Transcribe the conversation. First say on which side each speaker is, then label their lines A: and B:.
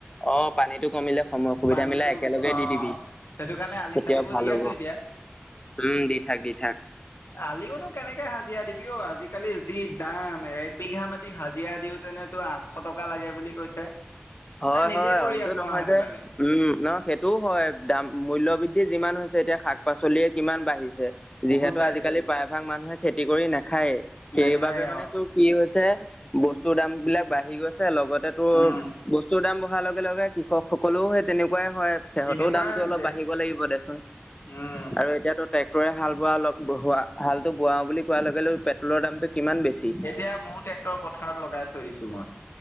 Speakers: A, on the left (about 25°); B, on the left (about 75°).
A: অহ, পানীটো কমিলে সময় সুবিধা
B: পানীটো
A: মিলাই একেলগে
B: অ
A: দি দিবি।
B: সেইটো কাৰণে আলি-চালিবোৰ
A: তেতিয়াও ভাল
B: দি আছোঁ
A: হ'ব
B: এতিয়া।
A: উম, দি থাক দি থাক।
B: আলিওনো কেনেকে হাজিৰা দিবি অহ, আজিকালি যি দাম একবিঘা মাটি হাজিৰা দিওঁ তেনেতো আঠশ টকা লাগে বুলি কৈছে।
A: হয়
B: এই নিজে
A: হয়
B: কৰি
A: অইনটো
B: আছোঁ
A: নহয়
B: আৰু সেইটো
A: যে
B: কাৰণে।
A: উম, ন' সেইটোও হয় দাম মূল্য বৃদ্ধি যিমান হৈছে এতিয়া শাক-পাচলিয়ে কিমান বাঢ়িছে
B: বহুত
A: যিহেতু
B: বাঢ়ি
A: আজিকালি প্ৰায়ভাগ মানুহে খেতি কৰি নাখায়েই। সেইবাবে
B: নেখায়ে
A: মানে
B: অহ।
A: তোৰ কি হৈছে বস্তুৰ দাম বিলাক বাঢ়ি গৈছে লগতে তোৰ
B: উম
A: বস্তু বহাৰ লগে লগে কৃষকসকলেও সেই তেনেকুৱাই হয়। সেহঁতৰো
B: তেনেকুৱাই
A: দামটো
B: হৈছে
A: অলপ বাঢ়িব লাগিব দেচোন
B: উম
A: আৰু এতিয়াতো ট্ৰেক্টৰে হাল বোৱা অলপ হোৱা বোৱা, হালটো বোৱাও বুলি কোৱাৰ লগে লগে পেট্ৰলৰ দামটো কিমান বেছি।
B: এতিয়া মোৰ ট্ৰেক্টৰ পথাৰত লগাই থৈ দিছোঁ মই।